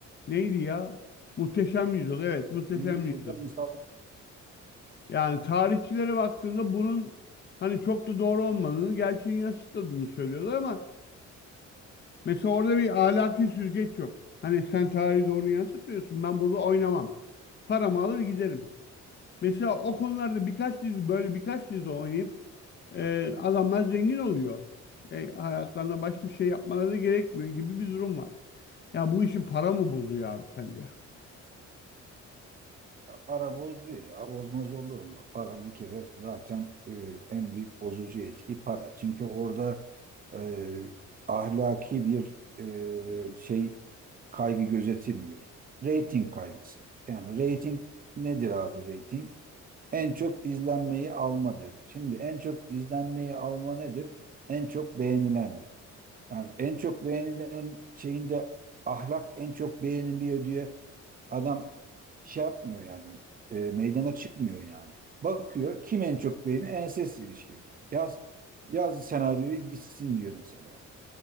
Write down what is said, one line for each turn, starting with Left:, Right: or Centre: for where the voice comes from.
Left: neydi ya? Muhteşem Yüzyıl. Evet, Muhteşem
Right: Bilmiyorum.
Left: Yüzyıl.
Right: Misal.
Left: Yani tarihçilere baktığında bunun hani çok da doğru olmadığını, gerçeğin yansıtmadığını söylüyorlar ama mesela orada bir ahlaki süzgeç yok. Hani sen tarihi doğru yansıtmıyorsun. Ben burada oynamam. Paramı alır giderim. Mesela o konularda birkaç dizi böyle birkaç dizi oynayıp e, adamlar zengin oluyor. Ve hayatlarında başka bir şey yapmaları da gerekmiyor gibi bir durum var. Ya bu işi para mı bozuyor abi sence?
Right: Ya para bozuyor ya. Bozmaz olur mu? Para bir kere zaten e, en büyük bozucu etki para. Çünkü orada e, ahlaki bir e, şey kaygı gözetilmiyor. Rating kaygısı. Yani rating nedir abi rating? En çok izlenmeyi almadır. Şimdi en çok izlenmeyi alma nedir? En çok beğenilendir. Yani en çok beğenilen şeyinde ahlak en çok beğeniliyor diye adam şey yapmıyor yani e, meydana çıkmıyor yani. Bakıyor kim en çok beğeni enses ilişki. Yaz yaz senaryoyu gitsin diyor mesela.